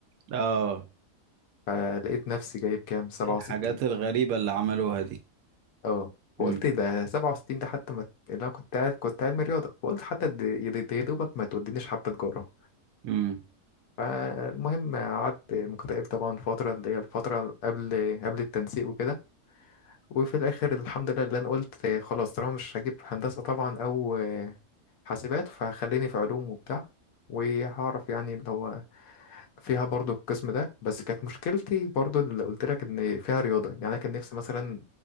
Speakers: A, on the right; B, on the left.
A: اه
B: فلقيت نفسي جايب كام 67
A: الحاجات الغريبة اللي عملوها دي
B: اه فقلت
A: امم
B: ده 67 ده حتى ما اللي انا كنت عارف كنت علمي رياضه فقلت حتى د- يا دي- يا دوبك ما تودينيش حتى تجاره
A: امم
B: فالمهم قعدت مكتئب طبعا فتره اللي هي الفتره قبل قبل التنسيق وكده وفي الاخر الحمد لله اللي انا قلت خلاص طالما مش هجيب هندسه طبعا او حاسبات فخليني في علوم وبتاع وهعرف يعني اللي هو فيها برضو القسم ده بس كانت مشكلتي برضو اللي قلت لك ان فيها رياضه يعني انا كان نفسي مثلا